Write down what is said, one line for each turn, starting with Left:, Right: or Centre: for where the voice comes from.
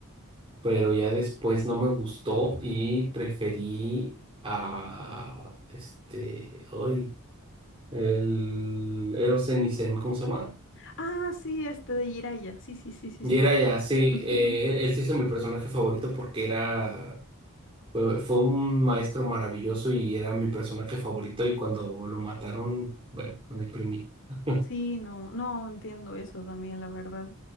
Right: pero ya después no me gustó y preferí a este, hoy, el Eros Zenisen, ¿cómo se llama?
Left: Ah, sí, este de Jiraiya, sí, sí, sí, sí,
Right: Y era ya, sí,
Left: sí.
Right: eh, él, él se hizo mi personaje favorito porque era, fue, fue un maestro maravilloso y era mi personaje favorito y cuando lo mataron, bueno, me deprimí. <laughs>
Left: Sí, no, no entiendo eso también, la verdad.